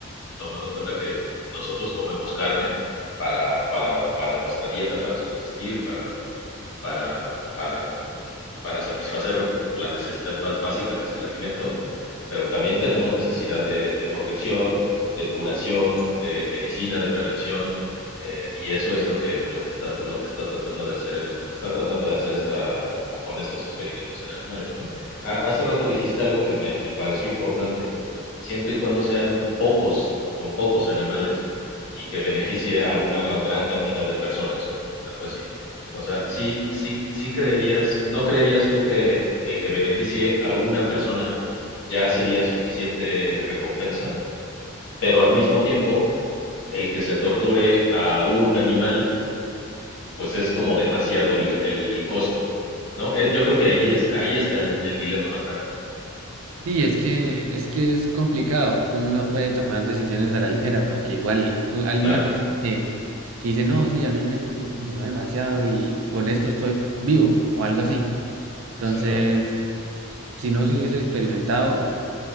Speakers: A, on the left; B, on the right.
A: tomando en cuenta que nosotros comemos carne para, para, para nuestra dieta, para subsistir, para, para, para, para satisfacer la necesidad más básica que es el alimento, pero también tenemos necesidad de, de protección, de curación, de medicina, de prevención, eh, y eso es lo que, lo que está, lo que está tratando de hacer, lo que están tratando de hacer esta, con estos experimentos en animales, ¿no? Ha- hace rato dijiste algo que me, me pareció importante, siempre y cuando sean pocos, con pocos animales, y que beneficie a una gran cantidad de personas, algo así. O sea, sí, sí, sí creerías, ¿no creerías tú que el que beneficie a una persona ya sería suficiente recompensa? Pero al mismo tiempo, el que se torture a un animal, pues es como demasiado el, el- el costo, ¿no? Eh, Yo creo que ahí es, ahí está el, el dilema más grande.
B: Sí, es que es que es complicado. Uno no puede tomar decisiones a la ligera porque igual u- alguna
A: Claro,
B: persona que que dice, no, sí, a mí me se- funcionó demasiado y con esto estoy vivo o algo así. Entonces,
A: exactamente.
B: si no se hubiese experimentado